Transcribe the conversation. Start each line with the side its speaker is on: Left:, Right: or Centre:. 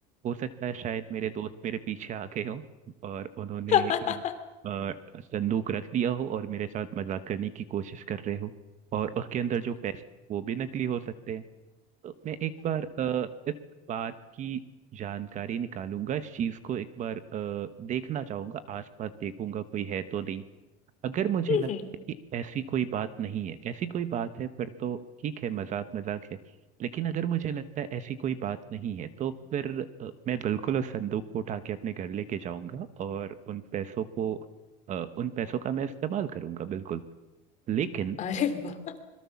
Right: हो सकता है शायद मेरे दोस्त मेरे पीछे आ गए हों और उन्होंने
Left: <laughs>
Right: ये, अ, संदूक रख दिया हो और मेरे साथ मजाक करने की कोशिश कर रहे हो और उसके अंदर जो पैसे वो भी नकली हो सकते हैं तो मैं एक बार अ, इस बात की जानकारी निकालूंगा इस चीज को एक बार अ, देखना चाहूंगा आसपास देखूंगा कोई है तो नहीं अगर मुझे
Left: हम्म,
Right: लगता है कि ऐसी कोई बात नहीं है ऐसी कोई बात है फिर तो ठीक है मजाक मजाक है लेकिन अगर मुझे लगता है ऐसी कोई बात नहीं है तो फिर अ, मैं बिल्कुल उस संदूक को उठा के अपने घर लेके जाऊंगा और उन पैसों को अ, उन पैसों का मैं इस्तेमाल करूंगा बिल्कुल लेकिन
Left: अरे वाह